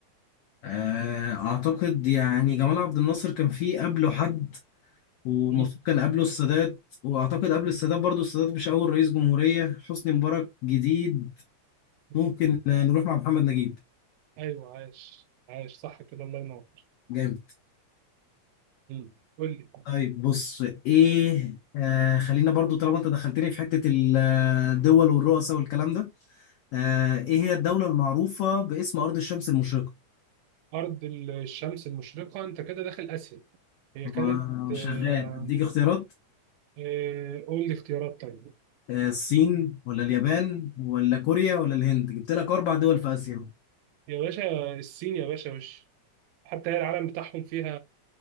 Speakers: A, on the left; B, on the right.
A: آه، اعتقد يعني جمال عبد الناصر كان فيه قبله حد ومفروض
B: مم.
A: كان قبله السادات واعتقد قبل
B: مم.
A: السادات برضو السادات مش اول رئيس جمهوريه حسني مبارك جديد
B: مم.
A: ممكن آه، نروح مع محمد نجيب
B: ايوه عاش عاش صح كده الله ينور
A: جامد
B: مم. قول لي
A: طيب بص ايه آه خلينا برضو طالما انت دخلتني في حته ال- آه، الدول والرؤساء والكلام ده آه، ايه هي الدولة المعروفة باسم أرض الشمس المشرقة؟
B: ارض الشمس المشرقه انت كده داخل اسيا هي
A: هو
B: كانت آه،
A: شغال اديك اختيارات
B: آه، قول لي اختيارات طيب
A: آه، الصين ولا اليابان ولا كوريا ولا الهند جبت لك أربع دول في آسيا
B: يا باشا الصين يا باشا وش حتى هي العلم بتاعهم فيها